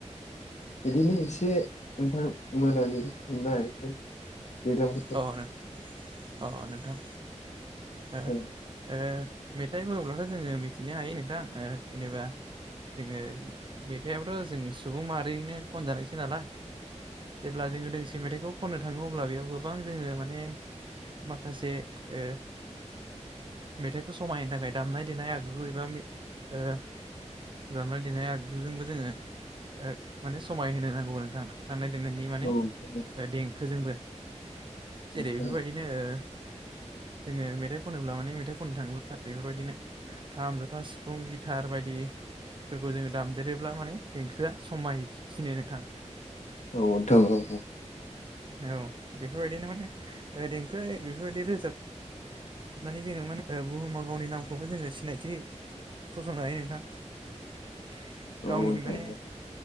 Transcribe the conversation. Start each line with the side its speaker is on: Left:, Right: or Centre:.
Left: बिदिनो एसे नोंथां मोनाबलि मोननो हायाखै <inaudible>
Right: अ नों अ नोंथां हो ओ।
Left: औ
Right: मेथाइ बुङोब्लाथ' जोङो मिथिनो हायो नोंथांङा ओ जेनेबा। जोङो मेथाइआवथ' जों सुबुं माहारिनो खनजानायसो नालाय। जेब्ला जोङो दोंसे मेथाइखौ खननो थाङो अब्ला बेयाव गोब। गोबां जोङो माने माखासे ओ। मेथाइखौ समायहोनो थाखाय दामनाय देनाय आगु एबा मिद ओ। दामनाय देनाय आगजुजोंबो जोङो ओ माने समाय होनो नांगौ नोंथां। दाननाय देनायनि माने
Left: औ
Right: देंखोजोंबो जेरै
Left: औ
Right: बेफोरबायदिनो ओ।
Left: <inaudible>
Right: जोङो मेथाइ खनोब्ला माने मेथाइ खननो थाङोब्ला बेफोरबायदिनो खाम जथा सिफुं गिथार बायदि। फोरखौ जोङो दामदेरोब्ला माने देंखोआ समायसिनो नोंथां।
Left: औ दों औ।
Right: औ बेफोरबायदिनो माने ओ देंखो बेफोरबायदि रोजाब। हाबनानै जोङो माने बुहुमाव गावनि नामखौबो जोङो सिनायथि। फसंनो हायो नोंथां
Left: नोंथां
Right: गावनि माने।
Left: औ